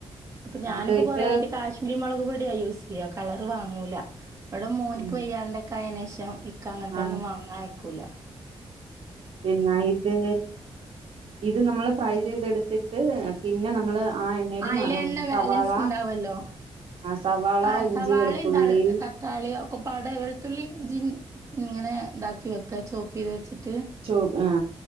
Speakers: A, on the right (about 30°); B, on the right (about 60°).
A: അപ്പൊ ഞാനിപ്പോ
B: അത് വിട്ട്
A: കൊറെയായിട്ട് കാശ്മീരി മുളക് പൊടിയാ യൂസ് ചെയ്യ കള വാങ്ങൂല ഇവിടെ മോൻക്ക്
B: ഉം,
A: വയ്യാണ്ടെക്കായെനേഷം ഇക്ക അങ്ങനത്തെന്നും
B: ആ
A: വാങ്ങ കുല
B: പിന്നെ ഇത് ഇത് നമ്മൾ ഫ്രൈ ചെയ്തെടുത്തിട്ട് പിന്നെ നമ്മള് ആഹ് എണ്ണെൽ
A: അയിലെണ്ണ
B: മ
A: ബാലൻസ്
B: സവാള
A: ഇണ്ടാവല്ലോ.
B: ആ സവാള
A: ആഹ്
B: ഇഞ്ചി
A: സവാളിയും
B: വെളുത്തുള്ളി
A: ത തക്കാളിയും ഒക്കപ്പാട് വെളുത്തുള്ളിം ഇഞ്ചി ഇങ്ങനെ താക്കി വെക്ക ചോപ്പെയ്ത് വെച്ച് ട്ട്
B: ചോ ആ